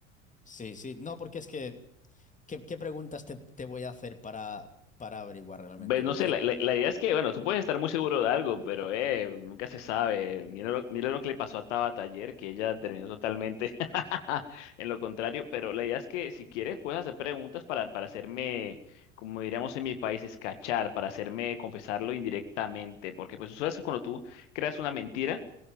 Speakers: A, on the left (about 20°); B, on the left (about 65°).
A: Sí, sí, no, porque es que, ¿qué, qué preguntas te, te voy a hacer para, para averiguar realmente?
B: Pues no
A: Porque...
B: sé, la, la- la idea es que, bueno, tú puedes estar muy seguro de algo, pero eh, nunca se sabe. Mira lo, mira lo que le pasó a Tabata ayer, que ella terminó totalmente <laughs> en lo contrario, pero la idea es que si quieres puedes hacer preguntas para, para hacerme, como diríamos en mi país, escachar, para hacerme confesarlo indirectamente, porque pues tú sabes que cuando tú creas una mentira,